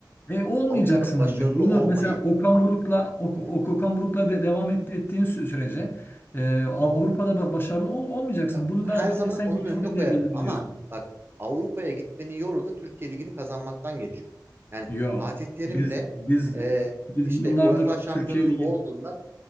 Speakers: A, on the left; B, on the right.
A: E olmayacaksın
B: Avrupa'da başarılı
A: abi. Bunu
B: olmayı
A: mesela Okan Buruk'la Ok-
B: hı hı,
A: Ok- Okan Buruk'la de- devam et- ettiğin sü- sürece e, Av- Avrupa'da ba- başarılı ol- olmayacaksın.
B: ya
A: Bunu
B: her
A: ben bence
B: zaman
A: sen
B: onun
A: kendin
B: önüne koyarım.
A: de bil-
B: Ama
A: biliyorsun.
B: bak Avrupa'ya gitmenin yolu da Türkiye Ligi'ni kazanmaktan geçiyor. Yani
A: Yo.
B: Fatih Terim
A: Biz
B: de
A: biz
B: e,
A: biz
B: işte
A: yıllardır
B: UEFA şampiyonu
A: Türkiye Ligi
B: olduğunda